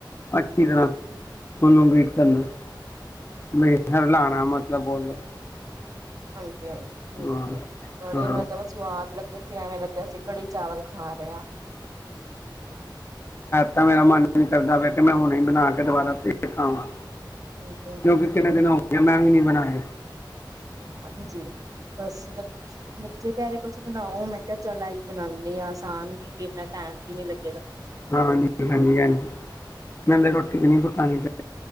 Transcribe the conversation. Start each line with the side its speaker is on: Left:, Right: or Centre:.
Left: ਅੱਛਾ ਤਰ੍ਹਾਂ ਤੁਾਨੂੰ ਵੀਟ ਕਰਨਾ ਲਣਾ ਮਤਲਬ ਬੋਲੋ
Right: ਹਾਂ ਠੀਕ
Left: ਹਾਂ
Right: ਹੈ ਬੜੇ
Left: ਹਾਂ
Right: ਮਤਲਬ ਸਵਾਦ ਲੱਗੇ ਸੀਿਆਵੇਂ ਲੱਗੇਿਆ ਅਸੀਂ ਕੜੀ ਚਾਵਲ ਖਾ ਰਹੇ ਹਾਂ
Left: ਤਾਂ ਮੇਰਾ ਮਨ ਨੀ ਕਰਦਾ ਪ ਕਿ ਮੈਂ ਹੁਣੇ ਬਣਾ ਕੇ ਦੁਬਾਰਾਖਾਵਾਂ
Right: ਹਾਂਜੀ ਹਾਂਜੀ
Left: ਕਿਕ ਕਿੰਨੇ ਦਿਨ ਹੋ ਗ ਮੈਂ ਵੀ ਨੀ ਬਣਾ ਹ
Right: ਹਾਂਜੀ ਬਸ ਬੱਚੇ ਪਰੇ ਕੁਛ ਬਣਾਓ ਮੈਂ ਕਿਹਾ ਚੱਲ ਆਈ ਬਣਾਉਣੀ ਹਾਂ ਆਸਾਨ ਵੀ ਇਨਾ ਟੈਮ ਵੀ ਨੀ ਲੱ
Left: ਹਾਂਜੀ ਹਾਂਜੀ ਹਾਂਜੀ ਮਲੇ ਰੱਟੀ ਨੀ ਦੁਕਾਨੀ ਤੇ